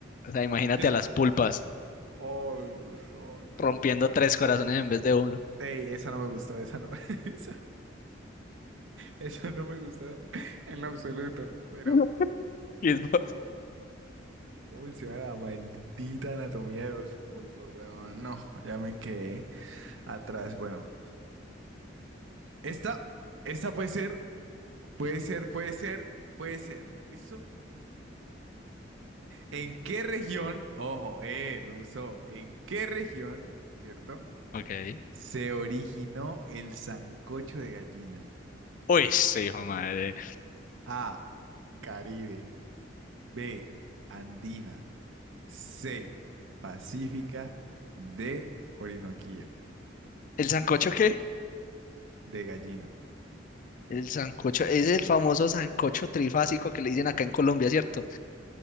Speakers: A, on the left; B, on the right.
A: O sea, imagínate
B: Yo... s-
A: a las pulpas
B: Ay, Dios santo,
A: rompiendo
B: weón.
A: tres corazones en vez de uno.
B: Ey, esa no me gustó, esa no me, <laughs> esa, esa no me gustó en lo absoluto. Pero,
A: <laughs> Y es más.
B: ¿cómo, cómo menciona la maldita anatomía de los pulpos, weón? No, ya me quedé atrás. Bueno, esta, esta puede ser, puede ser, puede ser, puede ser. ¿Listo? ¿En qué región, ojo, eh, me gustó, ¿en qué región, cierto?
A: Ok.
B: Se originó el sancocho de gallina.
A: Uy, sí, hijo de madre.
B: A, Caribe. B, Andina. C. Pacífica. D. Orinoquía.
A: ¿El sancocho qué?
B: De gallina.
A: El sancocho, es el famoso sancocho trifásico que le dicen acá en Colombia, ¿cierto?